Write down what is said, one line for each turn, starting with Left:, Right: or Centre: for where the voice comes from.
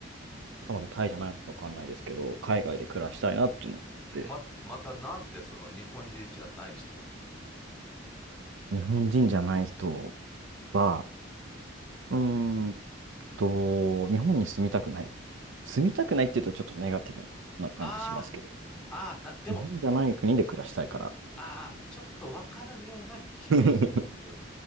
Right: はたまたタイじゃないのかわかんないですけど、海外で暮らしたいなっていうのを思って、
Centre: ま、またなんでその日本人じゃない人
Right: 日本人じゃない人は、うーんと、日本に住みたくない。住みたくないっていうとちょっとネガティブな感じしますけど、
Centre: ああ、ああ、な、でも、
Right: 日本じゃない国で暮らしたいから。
Centre: ああ、ちょっとわかるような気もする。
Right: <laughs>